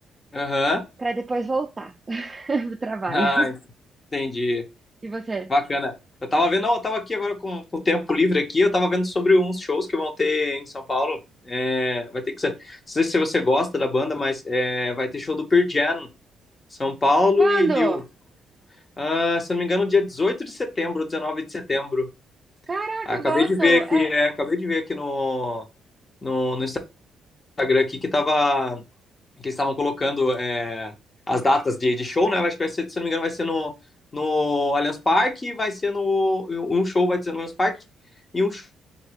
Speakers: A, on the left (about 30°); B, on the right (about 25°).
A: Aham.
B: pra depois voltar <laughs> pro trabalho.
A: Ah, entendi.
B: E você?
A: Bacana. Eu tava vendo, não, eu tava aqui agora com, com tempo livre aqui, eu tava vendo sobre uns shows que vão ter em São Paulo. É, vai ter que ser, não sei se você gosta da banda, mas é, vai ter show do Pearl Jam, São Paulo
B: Quando?
A: e Rio. Ah, se eu não me engano, dia 18 de setembro, ou 19 de setembro.
B: Caraca,
A: Ah, Acabei
B: eu gosto!
A: de ver aqui,
B: É,
A: é, acabei de ver aqui no, no, no Instagram aqui que tava. que eles estavam colocando é, as datas de, de show, né? Acho que vai ser, se não me engano, vai ser no, no Allianz Parque, vai ser no. Um show vai ser no Allianz Parque e um show